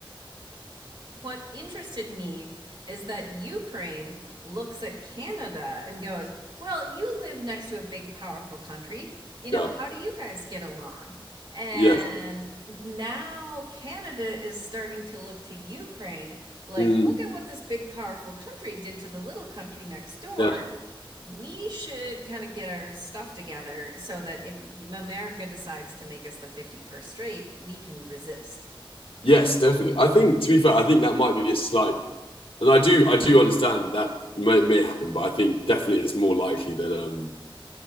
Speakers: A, on the right; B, on the left.
A: what interested me is that Ukraine looks at Canada and goes, Well, you live next to a big, powerful country. You know,
B: Yeah.
A: how do you guys get along? And
B: Yes.
A: now Canada is starting to look to Ukraine like,
B: Mm,
A: look at what this big, powerful country did to the little country next door.
B: yeah.
A: We should kind of get our stuff together so that if America decides to make us the 51st state, we can resist.
B: Yes, definitely. I think, to be fair, I think that might be a slight, and I do, I do understand that may may happen, but I think definitely it's more likely that um.